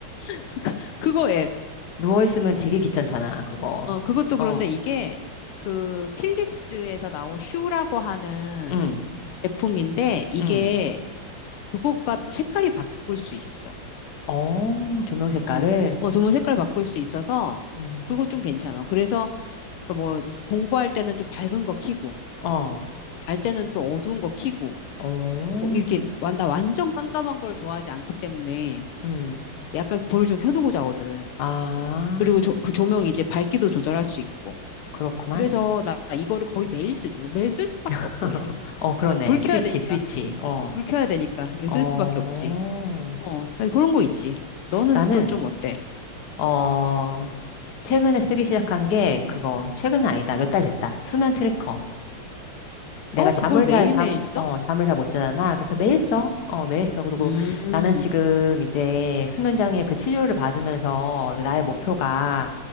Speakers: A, on the left; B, on the left.
A: <laughs> 그- 그거 앱.
B: 누워있으면 되게 귀찮잖아, 그거.
A: 어, 그것도 그런데
B: 어,
A: 이게 그 필립스에서 나온 슈라고 하는
B: 응,
A: 제품인데 이게
B: 응.
A: 그것과 색깔이 바꿀 수 있어.
B: 어, 조명 색깔을?
A: 어, 어, 조명 색깔 바꿀 수 있어서
B: 음.
A: 그거 좀 괜찮아. 그래서 그 뭐 공부할 때는 좀 밝은 거 켜고
B: 어,
A: 잘 때는 또 어두운 거 켜고
B: 어,
A: 뭐 이렇게 완- 나 완전 깜깜한 걸 좋아하지 않기 때문에
B: 음.
A: 약간 불을 좀 켜두고 자거든.
B: 아,
A: 그리고 조, 그 조명이 이제 밝기도 조절할 수 있고.
B: 그렇구만.
A: 그래서 나 이거를 거의 매일 쓰지. 뭐 매일 쓸 수밖에
B: <laughs>
A: 없고 얘를.
B: 어, 그러네.
A: 불 켜야
B: 스위치,
A: 되니까.
B: 스위치. 어,
A: 어, 불 켜야 되니까. 이거
B: 어.
A: 쓸 수밖에 없지. 어, 나 그런 거 있지. 너는
B: 나는,
A: 또 좀 어때?
B: 어, 최근에 쓰기 시작한 게 그거, 최근 아니다. 몇 달 됐다. 수면 트래커. 내가
A: 어,
B: 잠을
A: 그걸 매일매일
B: 잘 잠,
A: 써?
B: 어, 잠을 잘 못 자잖아. 그래서 매일 써.
A: 음,
B: 어, 매일 써. 그리고
A: 음,
B: 나는 지금 이제 수면장애 그 치료를 받으면서 나의 목표가